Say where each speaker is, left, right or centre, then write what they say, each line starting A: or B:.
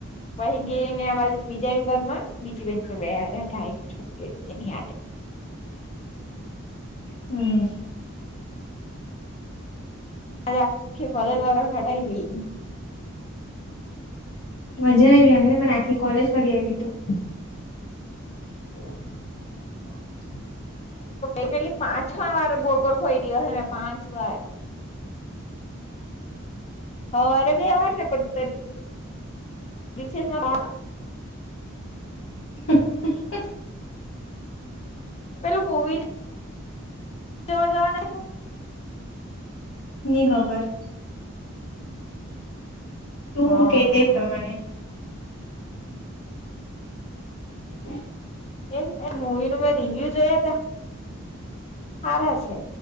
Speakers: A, on the left; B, on the left.
A: પછ ગઈને આ બીજા વિભાગ માં બીજી બેન બે અઢ છોકરીઓ હતી તેનીડ
B: હમ
A: મારે આખી કોલે દ્વારા ઘટાયઈ
B: મજા આવી આવી ને પણ આખી કોલેજ ફરી આવી તું <inaudible>
A: પેલી પાંચા વાર ગોગલ ખોઈ રહ્યો હ મેં પાંચ વાર હવારે ગયાવા ને બધા રિસેસમાં
B: હ
A: પેલું જ <unintelligible>
B: ની ખબર તું
A: હા
B: હું કે તે એ પ્રમાણે હ
A: એ મુવી નું મેં રિવ્યુ જોયા ત્યા સારા છે